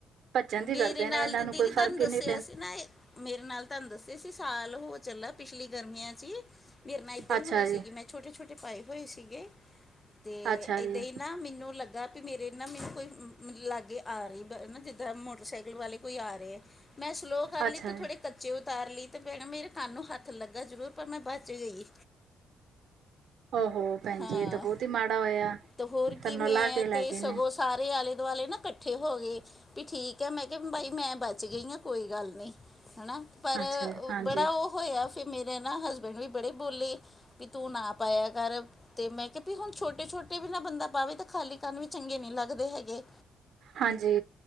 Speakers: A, on the right (about 70°); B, on the left (about 20°).
A: ਭੱਜਣ ਦੀ ਕਰਦੇ
B: ਮੇਰੇ ਨਾਲ
A: ਨੇ, ਇਹਨਾਂ
B: ਤੇ ਦੀਦੀ
A: ਨੂੰ ਕੋਈ ਫ਼ਰਕ
B: ਤੁਹਾਨੂੰ ਦੱਸਿਆ
A: ਹੀ ਨਹੀ।
B: ਸੀ ਨਾ ਮੇਰੇ ਨਾਲ ਤੁਹਾਨੂੰ ਦੱਸਿਆ ਸੀ, ਸਾਲ ਹੋ ਚੱਲਾ ਪਿਛਲੀ ਗਰਮੀਆਂ ਚ ਹੀ, ਮੇਰੇ ਨਾਲ ਇਦਾਂ
A: ਅੱਛਾ
B: ਹੀ ਹੋਈ
A: ਜੀ
B: ਸੀਗੀ ਮੈਂ ਛੋਟੇ-ਛੋਟੇ ਪਾਏ ਹੋਏ ਸੀਗੇ, ਤੇ
A: ਅੱਛਾ
B: ਏਦਾਂ
A: ਜੀ
B: ਹੀ। ਨਾ ਮੈਨੂੰ ਲੱਗਾ, ਵੀ ਮੇਰੇ ਨਾ ਮੈਨੂੰ ਕੋਈ ਲਾਗੇ ਆ ਰਹੀ ਐ ਮੋਟਰਸਾਈਕਲ ਵਾਲੇ ਕੋਈ ਆ ਰਹੇ ਹੈ, ਮੈਂ ਸਲੋਅ ਕਰ ਲਈ,
A: ਅੱਛਾ
B: ਤੇ ਥੋੜੇ
A: ਜੀ
B: ਕੱਚੇ ਉਤਾਰ ਲਈ, ਤੇ ਭੈਣ, ਮੇਰੇ ਕੰਨ ਨੂੰ ਹੱਥ ਲੱਗਾ ਜ਼ਰੂਰ, ਪਰ ਮੈਂ ਬਚ ਗਈ।
A: ਔ ਹੋ ਭੈਣਜੀ
B: ਹਾਂ
A: ਇਹ ਤਾਂ ਬਹੁਤ ਹੀ ਮਾੜਾ ਹੋਇਆ,
B: ਤੇ ਹੋਰ
A: ਕੱਨੋ
B: ਕੀ ਮੈਂ
A: ਲਾਹ ਕੇ ਲੈ
B: ਤੇ
A: ਗਏ
B: ਸਗੋਂ
A: ਨੇ।
B: ਸਾਰੇ ਆਲੇ-ਦੁਆਲੇ ਨਾ ਇਕੱਠੇ ਹੋ ਗਏ। ਵੀ ਠੀਕ ਹੈ, ਮੈਂ ਕਿਹਾ ਬਾਈ ਮੈਂ ਬਚ ਗਈ ਹਾਂ, ਕੋਈ ਗੱਲ ਨਹੀਂ ਹੈਨਾ। ਪਰ,
A: ਅੱਛਾ ਜੀ ਹਾਂਜੀ
B: ਬੜਾ ਉਹ ਹੋਇਆ। ਫਿਰ ਮੇਰੇ ਨਾ ਹਸਬੈਂਡ ਵੀ ਬੜੇ ਬੋਲੇ, ਵੀ ਤੂੰ ਨਾ ਪਾਇਆ ਕਰ। ਤੇ ਮੈਂ ਕਿਹਾ ਵੀ ਹੁਣ ਛੋਟੇ-ਛੋਟੇ ਵੀ ਨਾ ਬੰਦਾ ਪਾਵੇ, ਤੇ ਖਾਲੀ ਕੰਨ ਵੀ ਚੰਗੇ ਨਹੀਂ ਲੱਗਦੇ ਹੈਗੇ।
A: ਹਾਂਜੀ,